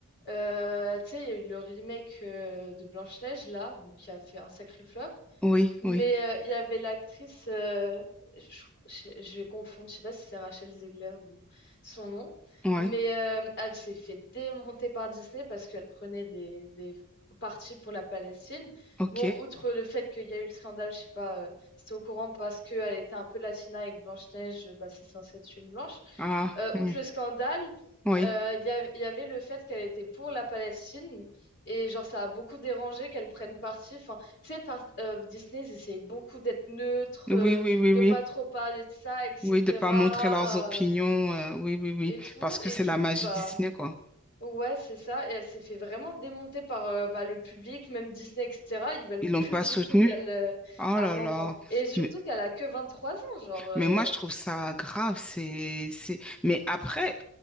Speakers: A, on the left; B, in the centre.
A: Euh, tu sais, il y a eu le remake euh, de Blanche-Neige, là, bon, qui a fait un sacré flop.
B: oui,
A: Mais
B: oui,
A: euh, il y avait l'actrice, euh, je, je- je vais confondre, je sais pas si c'est Rachel Zegler ou son nom,
B: ouais,
A: mais euh, elle s'est fait démonter par Disney parce qu'elle prenait des, des parties pour la Palestine.
B: ok.
A: Bon, outre le fait qu'il y a eu le scandale, je sais pas, euh, c'était au courant parce qu'elle était un peu latina avec Blanche-Neige, bah, c'est censé être une blanche.
B: Ah,
A: Euh,
B: hmm,
A: outre le scandale,
B: oui,
A: euh, il y, av- il y avait le fait qu'elle était pour la Palestine et genre ça a beaucoup dérangé qu'elle prenne parti. Enfin, tu sais, par- euh, Disney, ils essayent beaucoup d'être neutres,
B: oui,
A: euh,
B: oui, oui,
A: de
B: oui.
A: pas trop parler de ça, etc.
B: Oui, de pas montrer leurs opinions,
A: euh,
B: euh, oui, oui, oui,
A: et tout.
B: parce que
A: Et
B: c'est
A: du
B: la
A: coup,
B: magie
A: bah,
B: Disney, quoi.
A: ouais, c'est ça. Et elle s'est fait vraiment démonter par euh, bah, le public, même Disney, etc. Ils veulent
B: Ils l'ont
A: plus
B: pas
A: du
B: soutenu.
A: tout qu'elle. euh,
B: Oh
A: Ah
B: là
A: non,
B: là.
A: non. Et surtout
B: Mais
A: qu'elle a que vingt trois ans, genre. euh,
B: Mais moi, je trouve ça grave. C'est, c'est... Mais après,